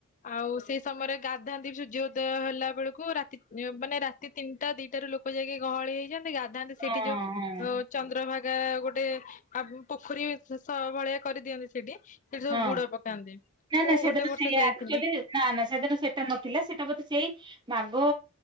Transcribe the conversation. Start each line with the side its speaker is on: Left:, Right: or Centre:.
Left: ଆଉ ସେଇ ସମୟରେ ଗାଧାଆନ୍ତି ବି ସୂର୍ଯ୍ୟ ଉଦୟ ହେଲା ବେଳକୁ ରାତି ମାନେ ରାତି ତିନିଟା ଦିଟାରୁ ଲୋକ ଯାଇକି ଗହଳି ହେଇଯାନ୍ତି। ଗାଧାନ୍ତି ସେଇଠି
Right: ହଁ
Left: ଯୋଉ
Right: ହଁ
Left: ଚନ୍ଦ୍ରଭାଗ ଏ ଗୋଟେ ପୋଖରୀ ଭଳିଆ କରିଦିଅନ୍ତି ସେଇଠି ସେଠି ସବୁ
Right: ହଁ
Left: ବୁଡ ପକାନ୍ତି।
Right: ନା
Left: ମୁଁ
Right: ନା ସେଦିନ
Left: ଗୋଟେ ବର୍ଷ
Right: ସେଇଆ
Left: ଯାଇଥିଲି।
Right: ଆକ୍‌ଚଲିନା ନା ସେଦିନ ସେଇଟା ନଥିଲା। ସେଇଟା ବୋଧେ ସେଇ ମାଘ